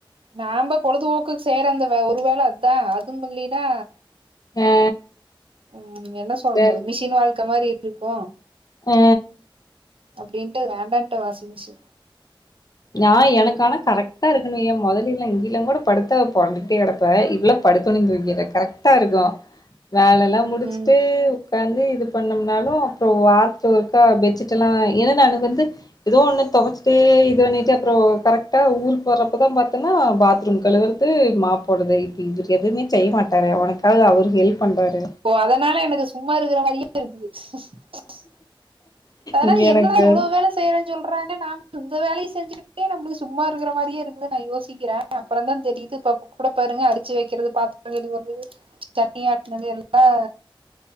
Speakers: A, on the right; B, on the left.
A: நாம பொழுதுபோக்குக்கு சேற அந்த ஒரு வேளை அதான் அது பல்லடா
B: ஆ
A: உம் என்ன சொல்றது
B: இதா இருக்கு
A: மிஷின் வாழ்க்கை மாதிரி இரு இருப்பா
B: ஆ
A: அப்படின்ட்டு வேண்டான்ட்டு வாசிச்சு
B: நான் எனக்கு ஆானா கரெக்ட்டா இருக்கணு ஏயன் முதல்லல்லாம் இங்கிலும் கூட படுத்த போறிட்டே கிடப்ப இவ்வளவு படுடுத்தணேனு தூங்கற கரெக்ட்டா இருக்கும் வேலை எல்லாம் முடிச்சுட்டு
A: ம்
B: உட்காந்து இது பண்ணம்னாலும் அப்புறம் வாக்கா பெட்ீட் எல்லாம்க்கு வந்து ஏதோ ஒண்ணு தச்சே இதுண்ணி அறம் கரெக்டா ஊருக்கு வர்றப்பதான்ன்னா பாத்ரூம் கழுுவறது மாப்படுது இ இ எதுவுமே செய்ய மாட்ட உனக்காவ அவ ஹெல்ப் பண்றாரு
A: அதனால எனக்கு சும்மா இருக்கிற மாதிரிய சரி <unintelligible> அதனால
B: இங்க எனக்கு
A: என்னதான் அவ்வளவு வேலை செய்யறேன்னு சொல்ல றாங்க நாம இந்த வேலையை செஞ்சுக்கே நம்மளுக்கு சும்மா இருக்கிற மாதிரியே இருக்குதுன்னு நான் யோசிக்கிறேன் அப்புறம தான் தெரியுது இப்ப கூட பாருங்க அரிச்சு வைக்கிறது பாத்திரம்து வருது சட்னி ஆட்டினது எல்லாம்